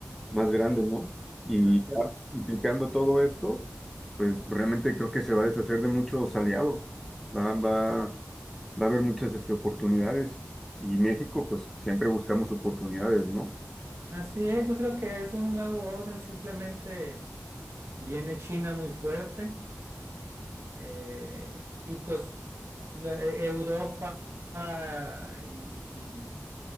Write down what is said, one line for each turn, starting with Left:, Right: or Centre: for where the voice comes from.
Centre: más grande, ¿no? Y
Right: Así
Centre: ya
Right: es.
Centre: implicando todo esto, pues realmente creo que se va a deshacer de muchos aliados. Va, va va a haber muchas este, oportunidades y México, pues siempre buscamos oportunidades, ¿no?
Right: Así es, yo creo que es un nuevo orden, simplemente viene China muy fuerte Eh, y pues la- eh, Europa ah, y, y